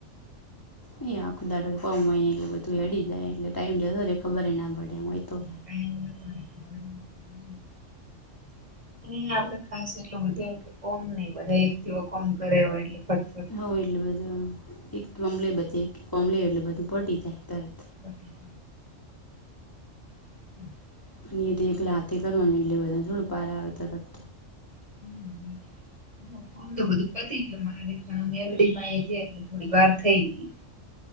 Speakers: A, on the left; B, on the right.
A: અહી આખું દારડો કોમ હોય, એટલે બધું હડી જાય, એટલે ટાઈમ જતો રહે, ખબર ના પડે, એમુંય તો
B: <unintelligible> અ આપડે ખાસ એટલું બધું, એમ કે કોમ નહીં બધા એક દવ કોમ કરે હોય એટલે. ફટફટ
A: હઉ એટલે બધું એક કમલે બધું એક કોમલે એટલ બધું પડી જાય તરત.
B: પતી <unintelligible>
A: અને એ તો એકલે હાથે કરવા, એટલે બધાને થોડું પાર આવે તરત.
B: <unintelligible> તો બધું પતી ગયું, મારે કામ એડી આવી ગયા, એટલે થોડી વાર થઈ ગઈ.